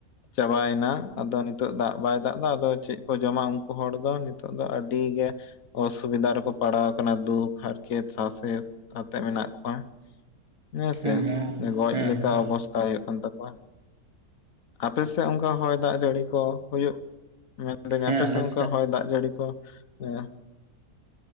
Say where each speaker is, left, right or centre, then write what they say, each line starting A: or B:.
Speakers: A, on the left; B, on the right.
A: ᱪᱟᱵᱟᱭ ᱮᱱᱟ, ᱟᱫᱚ ᱱᱤᱛᱚᱜ ᱫᱟᱜ ᱵᱟᱭ ᱫᱟᱜ ᱮᱫᱟ᱾ ᱟᱫᱚ ᱪᱮᱫ ᱠᱚ ᱡᱚᱢᱟ ᱩᱱᱠᱩ ᱦᱚᱲ ᱫᱚ ᱱᱤᱛᱚᱜ ᱫᱚ ᱟᱹᱰᱤ ᱜᱮ ᱚᱥᱩᱵᱤᱫᱷᱟ ᱨᱮᱠᱚ ᱯᱟᱲᱟᱣ ᱟᱠᱟᱱᱟ, ᱫᱩᱠ, ᱦᱟᱨᱠᱮᱛ, ᱥᱟᱥᱮᱛ, ᱟᱛᱮ ᱢᱮᱱᱟᱜ ᱠᱚᱣᱟ ᱦᱮᱸᱥᱮ
B: ᱦᱮᱸ ᱦᱮᱸ
A: ᱜᱚᱡᱽ
B: ᱦᱮᱸ
A: ᱞᱮᱠᱟ
B: ᱦᱮᱸ
A: ᱚᱵᱚᱥᱛᱷᱟ ᱦᱩᱭᱩᱜ ᱠᱟᱱ ᱛᱟᱠᱚᱣᱟ᱾ ᱟᱯᱮᱥᱮᱫ ᱚᱱᱠᱟ ᱦᱚᱭ ᱫᱟᱜ ᱡᱟᱹᱲᱤ ᱠᱚ ᱦᱩᱭᱩᱜ ᱢᱮ ᱫᱟᱹᱧ
B: ᱦᱮᱸ
A: ᱟᱯᱮ ᱥᱮᱫ
B: ᱟᱞᱮ
A: ᱚᱱᱠᱟ ᱦᱚᱭ ᱫᱟᱜ ᱡᱟᱹᱲᱤ ᱠᱚ ᱮ